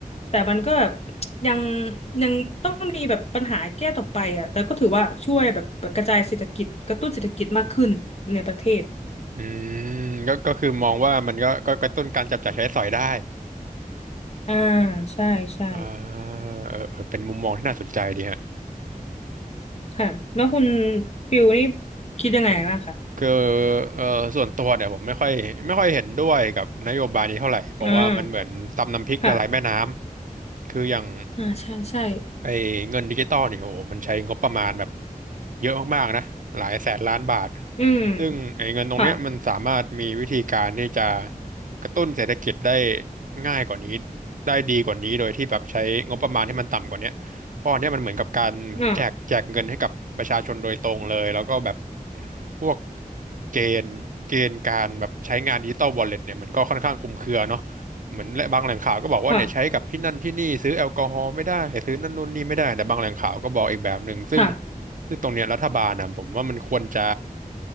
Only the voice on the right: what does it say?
อืมก็ก็คือมองว่ามันก็ก็กระตุ้นการจับจ่ายใช้สอยได้
อ่าเออเออเป็นมุมมองที่น่าสนใจดีฮะ
คือเออส่วนตัวเนี่ยผมไม่ค่อยไม่ค่อยเห็นด้วยกับนโยบายนี้เท่าไหร่เพราะว่ามันเหมือนตำน้ำพริกละลายแม่น้
ำคืออย่าง
ไอ้เงินดิจิตอลเนี่ยโหมันใช้งบประมาณแบบเยอะมากๆนะหลายแสนล้านบาท
ซึ่งไอ้เงินตรงเนี้ยมันสามารถมีวิธีการที่จะ
กระตุ้นเศรษฐกิจได้ง่ายกว่านี้ได้ดีกว่านี้โดยที่แบบใช้งบประมาณที่มันต่ำกว่าเนี้ยเพราะอันเนี้ยมันเหมือนกับการเหมือนแจกแจกเงินให้กับประชาชนโดยตรงเลยแล้วก็แบบ
พวกเกณฑ์เกณฑ์การแบบใช้งานดิจิตอลวอลเล็ตเนี่ยมันก็ค่อนข้างคลุมเครือเนาะ เหมือนและบางแหล่งข่าวก็บอกว่าเนี่ยใช้กับที่นั่นที่นี่ซื้อแอลกอฮอล์ไม่ได้
ซื้อนั่นนู่นนี่ไม่ได้ แต่บางแหล่งข่าวก็บอกอีกแบบหนึ่งซึ่ง
ซึ่งตรงเนี้ยรัฐบาลนะผมว่ามันควรจะ